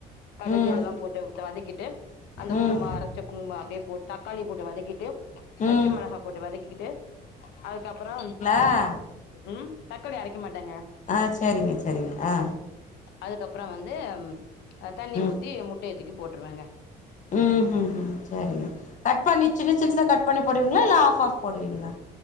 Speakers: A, on the left (about 85°); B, on the left (about 45°).
A: கடுகு
B: ம்
A: இதெலா போட்டு வதக்கிட்டு அந்த
B: ம்
A: குருமா அரைச்ச குருமா அப்பிடியே போட்டு தக்காளி போட்டு வதக்கிட்டு பச்ச
B: ம்
A: மெளகா போட்டு வதக்கிக்கிட்டு அதுக்கப்றம்
B: ஆ
A: ம் தக்காளி அரைக்க மாட்டேங்க
B: ஆ சரிங்க சரிங்க ஆ
A: அதுக்கப்ற வந்து தண்ணி
B: ம்
A: ஊத்தி முட்டய தூக்கி போட்ருவேங்க
B: ம் ம் சரிங்க கட் பண்ணி சின்ன சிறுசா கட் பண்ணி போடுவீங்ளா இல்ல ஆஃப் ஆஃப் போடுவீங்ளா